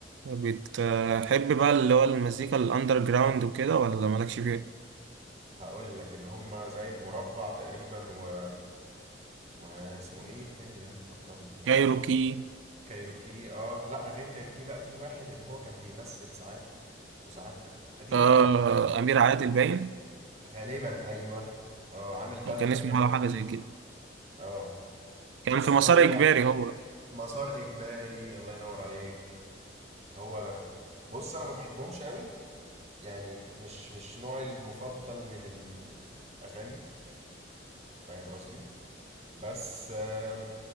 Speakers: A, on the right (about 75°); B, on the right (about 35°).
A: بتحب بقى اللي هو المزيكا الاندر جراوند وكده ولا مالكش فيها
B: هقول لك اللي هم زي المربع تقريبا و واسمه ايه التاني ده فكرني كده
A: كايروكي
B: كايروكي اه لا غير كايروكي بقى في واحد اللي هو كان بيمثل ساعات وساعات قديم
A: آه
B: قوي
A: امير عادل باين
B: غالبا ايوه اه عامل بند
A: هو كان اسمه
B: كده برضو
A: ولا حاجه زي كده
B: اه
A: كان
B: بص
A: في مسار
B: هو
A: اجباري هو
B: مسار اجباري الله ينور عليك هو ده بص انا ما بحبهمش قوي يعني مش مش نوعي المفضل من الاغاني فاهم قصدي بس آم،